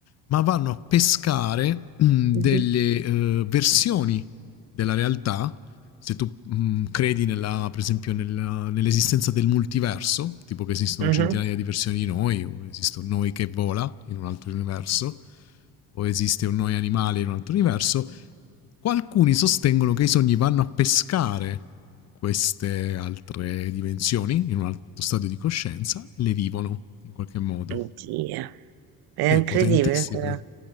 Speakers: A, on the left; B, on the right.
A: ma vanno a pescare mm,
B: Mhm.
A: delle eh, versioni della realtà se tu mh, credi nella, per esempio nella- nell'esistenza del multiverso, tipo che esistono
B: Mhm.
A: centinaia di versioni di noi, o esiste un noi che vola in un altro universo, o esiste un noi animale in un altro universo, qualcuni sostengono che i sogni vanno a pescare queste altre dimensioni in un altro stadio di coscienza e le vivono in qualche modo.
B: Oddio, è
A: È
B: incredibile,
A: potentissimo.
B: però.